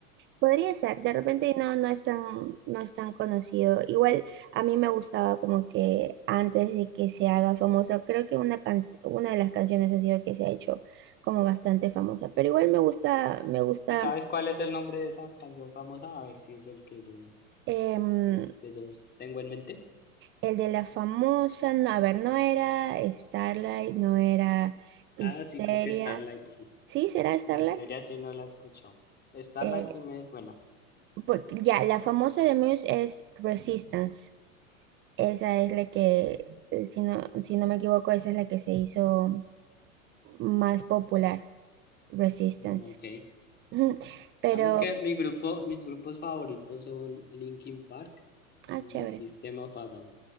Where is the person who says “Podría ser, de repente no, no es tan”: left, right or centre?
Right